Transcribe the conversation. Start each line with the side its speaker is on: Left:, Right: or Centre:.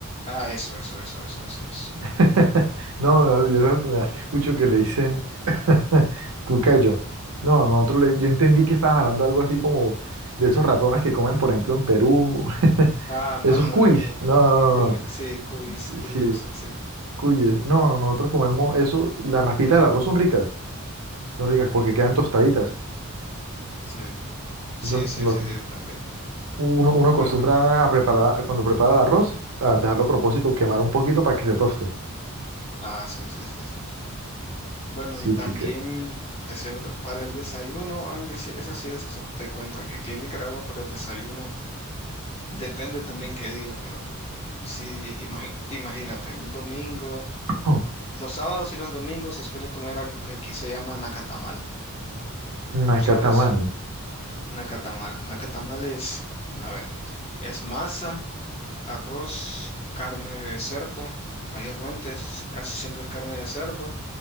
Left: Ah, eso, eso, eso, eso, eso, eso.
Right: <laughs> No, no, yo la primera vez que escucho que le dicen <laughs> cucayo. No, nosotros le- yo entendí que estabas hablando algo así como de esos ratones que comen, por ejemplo, en Perú. <laughs>
Left: Ah, no,
Right: Esos
Left: no,
Right: cuis.
Left: no, no.
Right: No, no,
Left: Cu-
Right: no.
Left: sí, cuis,
Right: no.
Left: cuyas,
Right: Sí,
Left: así.
Right: cuyes. No, nosotros comemos eso. Las raspitas del arroz son ricas. Son ricas porque quedan tostaditas.
Left: Sí, sí,
Right: Eso
Left: sí,
Right: lo
Left: sí,
Right: acos-
Left: sí, también.
Right: uno, uno
Left: Bueno,
Right: acostumbra a preparar, cuando prepara el arroz, a dejarlo a propósito, quemar un poquito para que se toste.
Left: ah, sí, sí, sí, sí, sí. Bueno,
Right: Sí,
Left: y también,
Right: que, que...
Left: es cierto, para el desayuno, aunque sí, eso sí, es- te cuento que aquí en Nicaragua para el desayuno depende también qué día, pero sí, imagi- imagínate, un domingo,
Right: <clears throat> Oh,
Left: los sábados y los domingos se suele comer algo que aquí se llama nacatamal. ¿Tú
Right: acá
Left: sabes?
Right: tamal.
Left: Nacatamal. Nacatamal es, <clears throat> a ver, es masa, arroz, carne de cerdo, mayormente, es- casi siempre es carne de cerdo,